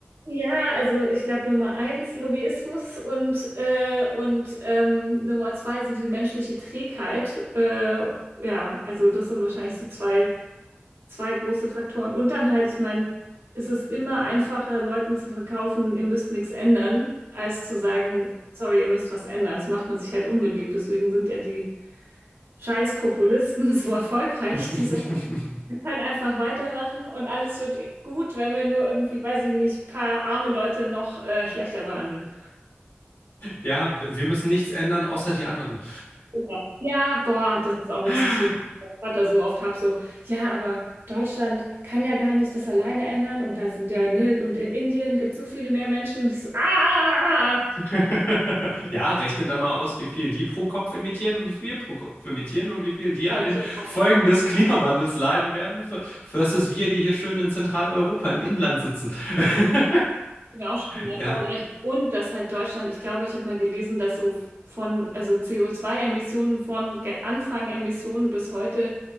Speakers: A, on the right; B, on the left.
A: Ja, also ich glaube Nummer eins Lobbyismus und, äh, und ähm, Nummer zwei so die menschliche Trägheit. Äh, ja, also das sind wahrscheinlich so zwei. zwei große Faktoren. Und dann halt, ich meine, es ist immer einfacher, Leuten zu verkaufen, ihr müsst nichts ändern, als zu sagen, sorry, ihr müsst was ändern. Das macht man sich halt unbeliebt. Deswegen sind ja die scheiß Populisten <laughs> so erfolgreich.
B: <laughs>
A: Die sagen, wir können einfach weitermachen und alles wird gut, wenn wir nur irgendwie, weiß ich nicht, paar arme Leute noch äh, schlechter behandeln.
B: Ja, wir wir müssen nichts ändern, außer die anderen.
A: Genau. Ja, boah, das ist auch eine
B: <laughs>
A: Diskussion, die ich mit meinem Vater so oft habe, so, ja, aber Deutschland kann ja gar nicht das alleine ändern und da sind ja, ne, und in Indien gibt es so viele mehr Menschen. Und ich so, ah,
B: <laughs> Ja, rechnet dann mal aus, wie viel die pro Kopf emittieren und wie viel wir pro Kopf emittieren und wie viel die an
A: habe
B: den
A: ich ihm
B: Folgen
A: auch,
B: des Klimawandels leiden werden, ver- versus wir, die hier schön in Zentraleuropa im Inland sitzen. <laughs>
A: mir auch schon mal
B: Ja,
A: vorgerechnet. Und dass halt Deutschland, ich glaube, ich habe mal gelesen, dass so von, also co zwei emissionen von Ge- Anfang Emissionen bis heute